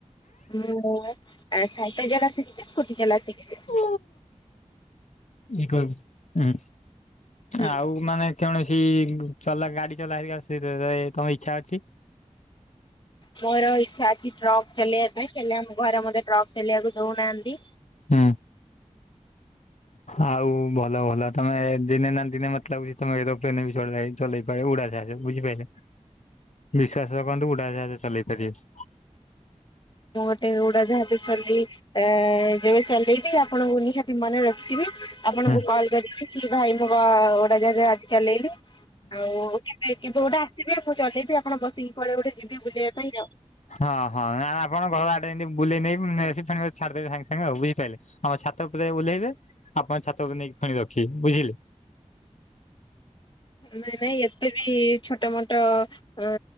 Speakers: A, on the left (about 40°); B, on the left (about 70°).
A: ମୁଁ ସାଇକେଲ ଚଢ଼ା ସିକି ସ୍କୁଟିି ଚଲା ସିକିଚି।
B: ଇ କହିବଁ
A: ହୁଁ
B: ଆଉ <inaudible> ମାନେ କୌଣସି ଚଲା ଗାଡି ଚଲା ହେରିକା ସେରେ ତମ ଇଚ୍ଛା ଅଛି।
A: ମୋର ଇଚ୍ଛା ଅଛି ଟ୍ରକ୍ ଚଲେଇବା ପାଇଁ ହେଲେ ଆମ ଘରେ ମୋତେ ଟ୍ରକ୍ ଚଲେଇବାକୁ ଦଉନାହାଁନ୍ତି।
B: ହୁଁ।
A: <inaudible>
B: ଆଉ ଭଲ ଭଲ ତମେ ଦିନେ ନା ଦିନେ ମତେ ଲାଗୁଚି ତମେ ଏରୋପ୍ଲେନ ବି ଚଲେଇ ଚଲେଇ ପାରିବ ଉଡାଜାହାଜ ବି ବୁଝିପାଇଲେ? ବିଶ୍ଵାସ ରଖନ୍ତୁ ଉଡାଯାହାଜ ଚଲେଇ ପାରିବେ।
A: ମୁଁ ଗୋଟେ ଉଡାଯାହାଜ ଚଲେଇ ଏ ଯେବେ ଚଲେଇବି ଆପଣଙ୍କୁ ନିହାତି ମନେରଖିବି ଆପଣଙ୍କୁ
B: ହଁ।
A: କଲ କରିକି କି ଭାଇ ମୋ ଗୋଟେ ଉଡ଼ାଜାହାଜ ଚଲେଇଲି ଆଉ କେବେ କେବେ ଗୋଟେ ଆସିବେ ମୁଁ ଚଲେଇବି ଆପଣ ବସିକି କୁଆଡେଗୋଟେ ଯିବି ବୁଲିବା ପାଇଁକା ଆଉ
B: ହଁ ହଁ ଆପଣ ଘର ଆଡେ ଏମିତି ବୁଲେଇ ନେଇ ନେଇଆସି ଫେଣେ ଛାଡିଦେବି ସାଙ୍ଗେ ସାଙ୍ଗେ ଆଉ ବୁଝିପାଇଲେ। ଆମ ଛାତ ଉପରେ ବୁଲେଇବେ ଆପଣ ଛାତ ଉପରେ ନେଇକି ପୁଣି ରଖିବେ ବୁଝିଲେ
A: ନାଇଁ ନାଇଁ ଏତେବି ଛୋଟମୋଟ ଅ